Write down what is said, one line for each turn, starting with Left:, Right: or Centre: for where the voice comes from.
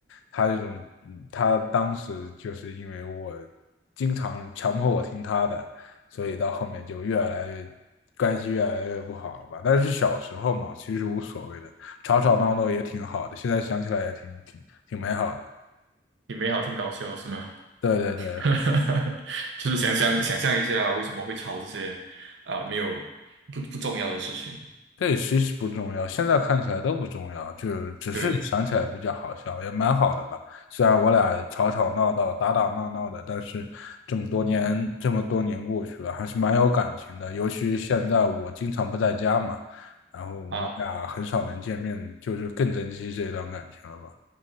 Left: 她这种，嗯她当时就是因为我经常强迫我听她的。所以到后面就越来越关系越来越不好了吧。但是小时候嘛，其实无所谓的，吵吵闹闹也挺好的，现在想起来也挺挺挺美好的。
Right: 你没好听搞笑是吗？
Left: 对对对，
Right: <laughs> 就是想想想象一下为什么会吵这些啊、没有不不重要的事情。
Left: 对，其实不重要，现在看起来都不重要，就只是想起来比较好笑，
Right: 对
Left: 也蛮好的吧。虽然我俩吵吵闹闹、打打闹闹的，但是这么多年，这么多年过去了，还是蛮有感情的。尤其现在我经常不在家嘛，然后我俩很少能见面，
Right: 啊，
Left: 就是更珍惜这段感情了吧。